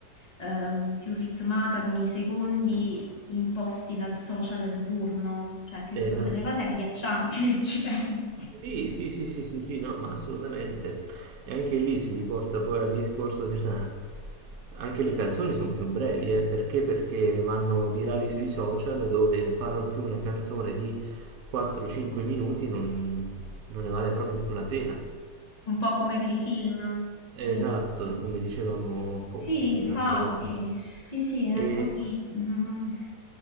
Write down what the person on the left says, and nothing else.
ehm, più ritmata con i secondi imposti dal social di turno, cioè che
sono delle cose agghiaccianti <laughs> se ci pensi,
un po' come per i film.
Sì.
Sì,
infatti,
sì, sì, è
così, mm,